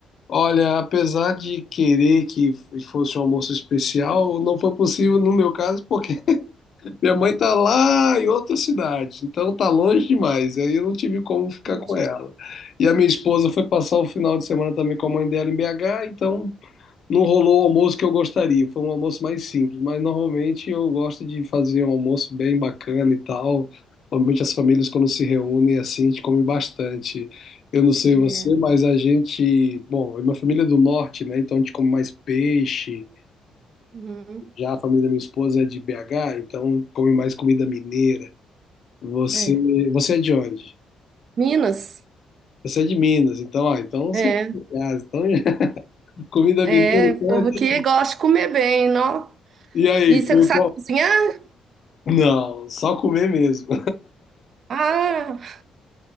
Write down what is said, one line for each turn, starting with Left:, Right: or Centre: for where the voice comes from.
Left: Olha, apesar de querer que fosse um almoço especial, não foi possível no meu caso, porque <laughs> minha mãe tá lá em outra cidade, então tá longe demais, aí eu não tive como ficar
Right: Entendi.
Left: com ela. E a minha esposa foi passar o final de semana também com a mãe dela em BH, então Não rolou o almoço que eu gostaria, foi um almoço mais simples, mas normalmente eu gosto de fazer um almoço bem bacana e tal. Normalmente as famílias quando se reúnem assim, a gente come bastante. Eu não sei
Right: É.
Left: você, mas a gente, bom, minha família é do norte, né? Então a gente come mais peixe.
Right: Uhum.
Left: Já a família da minha esposa é de BH, então come mais comida mineira. Você,
Right: É.
Left: você é de onde?
Right: Minas?
Left: Você é de Minas, então, ah, então você
Right: É.
Left: é de casa, então <laughs> comida
Right: É,
Left: mineira, então
Right: o povo
Left: é tudo.
Right: aqui gosta de comer bem, não?
Left: E aí,
Right: E você
Left: foi
Right: sabe
Left: qual?
Right: cozinhar?
Left: Não, só comer mesmo.
Right: Ah,